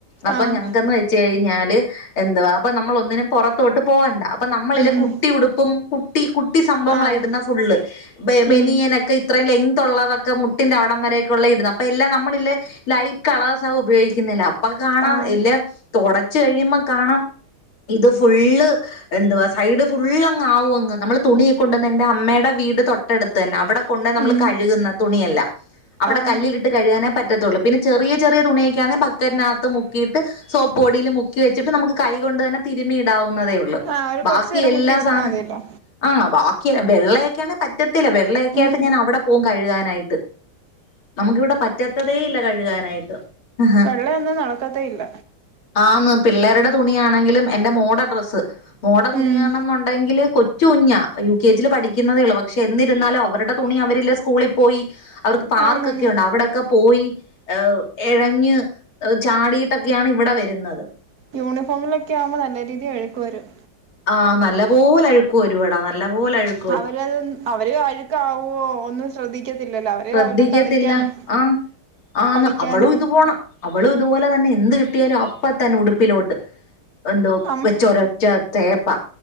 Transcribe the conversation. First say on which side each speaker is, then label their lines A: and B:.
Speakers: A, on the left; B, on the right.
A: അപ്പൊ
B: ആഹ്
A: ഞങ്ങക്കന്ന് വെച്ച കഴിഞ്ഞാല് എന്തുവാ അപ്പൊ നമ്മൾ ഒന്നിനും പുറത്തോട്ട് പോകണ്ട അപ്പൊ നമ്മളില്
B: ഉം ഉം
A: കുട്ടി ഉടുപ്പും കുട്ടി കുട്ടി സംഭവങ്ങളായി
B: ആഹ്
A: ഇടുന്ന ഫുള്ള് ബെനിയനൊക്കെ
B: ഉം
A: ഇത്രയും ലെങ് ഉള്ളതൊക്കെ മുട്ടിന്റെറെ അവിട വരക്കുള്ള ഇടുന്നു അപ്പൊ എല്ലാം നമ്മളില് ലൈറ്റ് കളേ്സ ഉപയോഗിക്കുന്നില്ല അപ്പ കാണാം
B: ആഹ്
A: ഇല്ലെ തുടച്ച് കഴിയുമ്പ കാണാം ഇത് ഫുള്ള് എന്തുവാ സൈഡ് ഫുൾങ്ും അങ്ങ് നമ്മള് തുണിയെക്ക കൊണ്ടുവന്ന് എന്റെ അമ്മയുടെ വീട് തൊട്ടടുത്ത് തന്നെ അവിടെ കൊ നമ്മൾ
B: ഉം
A: കഴുകുന്ന തുണിയല്ല അവിടെ
B: ആഹ്
A: കല്ല് കിട്ട കഴുകാനേ പറ്റത്തുള്ളൂ പിന്നെ ചെറിയ ചെറിയ തുണിയൊക്കാെന്നെ ബക്കനകത്ത് മുക്കിയിട്ട് സോപ്പ്ടിയിൽ മുക്കി വെച്ചിട്ട് നമുക്ക് കൊണ്ട് തന്നെ തിരുമ ഇടാവുന്നേ ഉള്ളൂ
B: ആഹ് ഒരു
A: ബാക്കി
B: കൊറച്ചു നേരം
A: എല്ലാ
B: മുക്കി വെച്ചെന്നാ
A: സാധന
B: മതിയല്ലോ
A: ആഹ് ബാക്കിയ വെള്ളയൊക്കൊണേ പറ്റത്തില്ല വെള്ളയൊക്കെ
B: ഉം
A: ആയിട്ട് ഞാൻ അവടെ പോു കഴുകാനായിട്ട് നമുക്കിവിടെ പറ്റാത്തതേ ഇല്ല കഴുകാനായിട്ട് ആഹാ
B: വെള്ള ഒന്നും നടക്കത്ത ഇല്ല
A: ആന്ന് പിള്ളേരുടെ തുണിയണെങ്കിലും എന്റെ മോട ഡ്രസ്സ് മോട തുണിയാണെന്നുണ്ടെങ്കില്
B: ഉം
A: കൊ കൊച്ചു കുഞ്ഞ യു കെ ജിൽ പഠിക്കുന്നതേ ഉള്ളൂ പക്ഷെ എന്നിരുന്നാലും അവരുടെ തുണി അവരില്ല സ്കൂളിൽ പോയി അവർക്ക് പാർക്കൊക്കെ
B: ആന്നാന്ന്
A: ഉണ്ട് അവിടെക്കെ പോയി ഹ് എഴഞ്ഞ് ചാടിയിട്ടൊക്കെയാണ് ഇവിടെ വരുന്നത്
B: യൂണിഫോമിലൊക്കെ ആവുമ്പോ നല്ല രീതിൽ എഴുക്ക് വരും
A: ആഹ് നല്ല പോലെ അഴുക്കുവ ഒരുപടാ നല്ലപോലെ അഴുക്കും
B: അവരത് അവര് കഴുക്കാവോ ഒന്നും ശ്രദ്ധിക്കത്തില്ലല്ലോ അവര്
A: ശ്രദ്ധിക്കത്തില്ല
B: അവരുടെ കളിക്കാന്
A: ആഹ് ആ
B: കളിക്കാനും
A: അവളും ഇത് പോണം അവളും ഇതുപോലെ തന്നെ എന്ത് കിട്ടിയാലും അപ്പത്തന്നെ ഉടുപ്പിലോട്ട് എന്തോ
B: അം
A: വെച്ച ഒരച്ച തേപ്പ